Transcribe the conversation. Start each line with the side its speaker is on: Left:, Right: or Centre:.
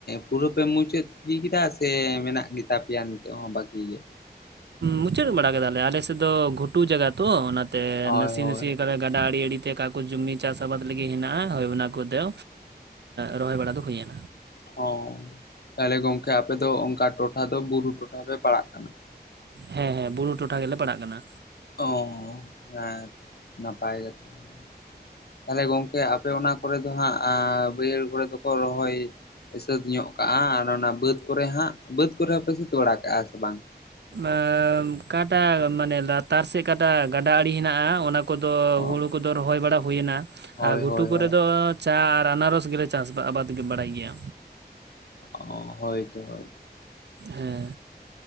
Left: ᱯᱩᱨᱟᱹ ᱯᱮ ᱢᱩᱪᱟᱹᱫ ᱤᱫᱤ ᱠᱮᱫᱟ ᱥᱮ ᱢᱮᱱᱟᱜ ᱜᱮᱛᱟ ᱯᱮᱭᱟ ᱱᱤᱛᱚᱜ ᱦᱚᱸ ᱵᱟᱹᱠᱤ ᱜᱮ?
Right: ᱢᱩᱪᱟᱹᱫ ᱵᱟᱲᱟ ᱠᱮᱫᱟᱞᱮ ᱟᱞᱮ ᱥᱮᱫ ᱫᱚ ᱜᱷᱩᱴᱩ ᱡᱟᱜᱟ ᱛᱚ ᱚᱱᱟᱛᱮ
Left: ᱦᱳᱭ
Right: ᱱᱟᱥᱮ
Left: ᱦᱳᱭ
Right: ᱱᱟᱥᱮ <unintelligible> ᱜᱟᱰᱟ ᱟᱲᱮ ᱟᱲᱮᱛᱮ ᱚᱠᱟ ᱠᱚ ᱡᱩᱢᱤ ᱪᱟᱥ ᱟᱵᱟᱫ ᱞᱟᱹᱜᱤᱫ ᱦᱮᱸᱱᱟᱜᱼᱟ ᱦᱳᱭ ᱚᱱᱟ ᱠᱚᱫᱚ ᱨᱚᱦᱚᱭ ᱵᱟᱲᱟ ᱫᱚ ᱦᱩᱭᱱᱟ᱾
Left: ᱚᱸ ᱛᱟᱦᱚᱞᱮ ᱜᱚᱝᱠᱮ ᱟᱯᱮ ᱫᱚ ᱚᱱᱠᱟ ᱴᱚᱴᱷᱟ ᱫᱚ ᱵᱩᱨᱩ ᱴᱚᱴᱷᱟ ᱯᱮ ᱯᱟᱲᱟᱜ ᱠᱟᱱᱟ?
Right: ᱦᱮᱸ ᱦᱮᱸ ᱵᱩᱨᱩ ᱴᱚᱴᱷᱟ ᱜᱮᱞᱮ ᱯᱟᱲᱟᱜ ᱠᱟᱱᱟ᱾
Left: ᱚ ᱦᱮᱸ ᱛᱚ ᱱᱟᱯᱟᱭ ᱜᱮ ᱛᱟᱦᱮᱸ ᱠᱟᱱᱟ ᱛᱟᱦᱚᱞᱮ ᱜᱚᱝᱠᱮ ᱟᱯᱮ ᱚᱱᱟ ᱠᱚᱨᱮ ᱫᱚ ᱦᱟᱸ ᱵᱟ. ᱭᱦᱟ. ᱲ ᱠᱚᱨᱮ ᱫᱚᱠᱚ ᱨᱚᱦᱚᱭ ᱥᱟᱹᱛ ᱧᱚᱜ ᱠᱟᱜᱼᱟ ᱟᱨ ᱚᱱᱟ ᱵᱟᱹᱫᱽ ᱠᱚᱨᱮ ᱦᱟᱸᱜ ᱵᱟᱹᱫᱽ ᱠᱚᱨᱮ ᱦᱚᱸᱯᱮ ᱥᱟᱹᱛ ᱵᱟᱲᱟ ᱠᱟᱜᱼᱟ ᱥᱮ ᱵᱟᱝ?
Right: ᱟᱸ ᱠᱟᱸᱴᱟ ᱢᱟᱱᱮ ᱞᱟᱛᱟᱨ ᱥᱮᱫ ᱠᱟᱸᱴᱟ ᱜᱟᱰᱟ ᱟᱲᱮ ᱦᱮᱸᱱᱟᱜᱼᱟ ᱚᱱᱟ ᱠᱚ ᱠᱚᱫᱚ
Left: ᱚ
Right: ᱦᱩᱲᱩ ᱠᱚᱫᱚ ᱨᱚᱦᱚᱭ ᱵᱟᱲᱟ ᱦᱩᱭᱮᱱᱟ,
Left: ᱦᱳᱭ
Right: ᱟᱨ ᱜᱷᱩᱴᱩ
Left: ᱦᱳᱭ ᱦᱳᱭ
Right: ᱠᱚᱨᱮ ᱫᱚ ᱪᱟ ᱟᱨ ᱟᱱᱟᱨᱚᱥ ᱜᱮᱞᱮ ᱪᱟᱥ ᱟᱵᱟᱫᱽ ᱜᱮ ᱵᱟᱲᱟᱭ ᱜᱮᱭᱟ᱾
Left: ᱚ ᱦᱳᱭ ᱛᱚ ᱦᱳᱭ᱾
Right: ᱦᱮᱸ᱾